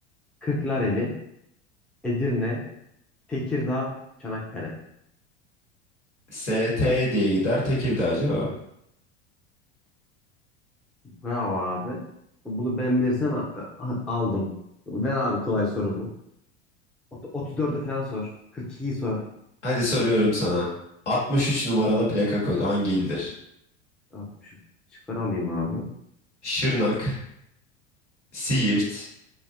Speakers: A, in the centre; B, on the left (about 85°).
A: Kırklareli, Edirne, Tekirdağ, Çanakkale.
B: S T diye gider. Tekirdağ cevap.
A: Bravo abi. Bunu ben bilirsem a- a- aldım. Ver abi kolay sorumu. Ot- 34'ü falan sor. 42'yi sor.
B: Hadi soruyorum sana. 63 numaralı plaka kodu hangi ildir?
A: 60. Şıkları alayım abi.
B: Şırnak, Siirt,